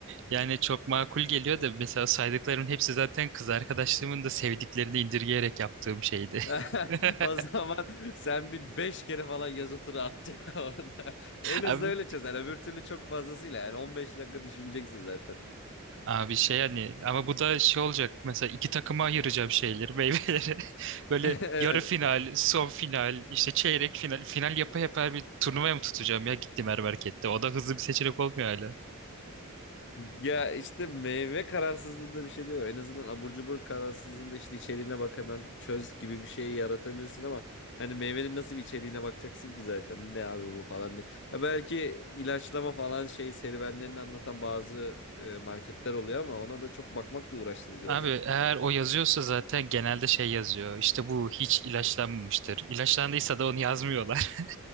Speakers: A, on the right; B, on the left.
A: Yani çok makul geliyor da mesela saydıklarımın hepsi zaten kız arkadaşlığımın da sevdiklerini indirgeyerek yaptığım şeydi.
B: <laughs>
A: <laughs>
B: O zaman sen bir beş kere falan yazı turu at <laughs> orada. En hızlı
A: Abi,
B: öyle çözer. Öbür türlü çok fazlasıyla yani 15 dakika düşüneceksin zaten.
A: abi şey hani ama bu da şey olacak mesela iki takıma ayıracağım şeyleri meyveleri <laughs> böyle
B: <laughs> Evet.
A: yarı final son final işte çeyrek final final yapa yapa bir turnuvaya mı tutacağım ya gittim her markette o da hızlı bir seçenek olmuyor hala.
B: Ya işte meyve kararsızlığında bir şey diyor. En azından abur cubur kararsızlığında işte içeriğine bak hemen çöz gibi bir şey yaratabilirsin ama hani meyvenin nasıl bir içeriğine bakacaksın ki zaten ne abi bu falan diye. Ha belki ilaçlama falan şey serüvenlerini anlatan bazı e, marketler oluyor ama ona da çok bakmak da uğraştırıcı
A: Abi
B: olacak.
A: eğer o yazıyorsa zaten genelde şey yazıyor. İşte bu hiç ilaçlanmamıştır. İlaçlandıysa da onu yazmıyorlar. <laughs>